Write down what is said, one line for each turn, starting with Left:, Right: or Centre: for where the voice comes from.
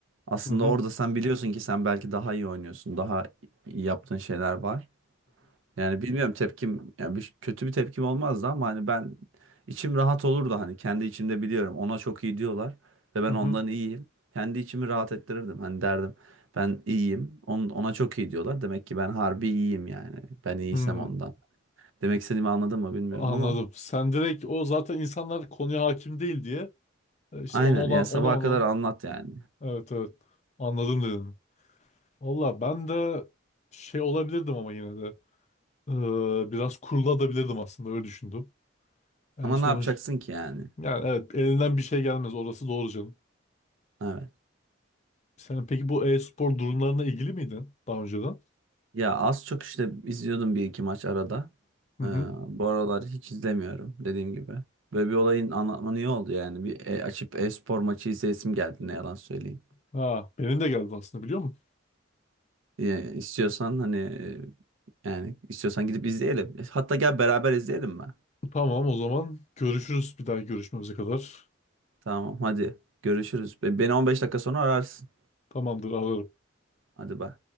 Right: Aslında
Left: Hı hı.
Right: orada sen biliyorsun ki sen belki daha iyi oynuyorsun. Daha iyi yaptığın şeyler var. Yani bilmiyorum tepkim yani bir, kötü bir tepkim olmazdı ama hani ben içim rahat olurdu hani kendi içimde biliyorum ona çok iyi diyorlar ve ben
Left: Hı hı.
Right: ondan iyiyim. Kendi içimi rahat ettirirdim hani derdim ben iyiyim on, ona çok iyi diyorlar demek ki ben harbi iyiyim yani ben iyiysem
Left: Hı hı.
Right: ondan. Demek istediğimi anladın mı bilmiyorum
Left: Anladım.
Right: ama
Left: Sen direkt o zaten insanlar konuya hakim değil diye e, işte
Right: aynen
Left: ona olan
Right: yani sabaha
Left: ona olan
Right: kadar anlat yani
Left: evet evet anladım dedin. Valla ben de şey olabilirdim ama yine de e, biraz kuruladabilirdim aslında öyle düşündüm. En
Right: ama
Left: sonuç
Right: ne yapacaksın ki yani
Left: yani evet elinden bir şey gelmez orası doğru canım.
Right: evet.
Left: Sen peki bu e-spor durumlarına ilgili miydin daha önceden?
Right: Ya az çok işte izliyordum bir iki maç arada.
Left: Hı hı.
Right: Ee, bu aralar hiç izlemiyorum dediğim gibi. Böyle bir olayın anlatmanı iyi oldu yani. Bir e, açıp e-spor maçı izleyesim geldi ne yalan söyleyeyim.
Left: Ha, benim de geldi aslında biliyor musun?
Right: Yani istiyorsan hani e, yani istiyorsan gidip izleyelim. E, Hatta gel beraber izleyelim mi?
Left: Tamam o zaman görüşürüz bir daha görüşmemize kadar.
Right: Tamam hadi görüşürüz. Be- Beni 15 dakika sonra ararsın.
Left: Tamamdır ararım.
Right: Hadi bay.